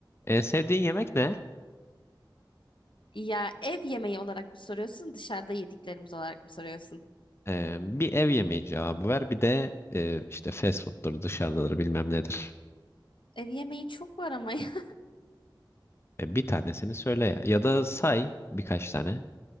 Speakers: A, on the left; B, on the left.
A: En sevdiğin yemek ne?
B: Ya ev yemeği olarak mı soruyorsun, dışarıda yediklerimiz olarak mı soruyorsun?
A: Ee, bir ev yemeği cevabı ver. Bir de e, işte fast food'dur, dışarıdadır, bilmem nedir.
B: Ev yemeği çok var ama ya.
A: E, bir tanesini söyle ya. Ya da say birkaç tane.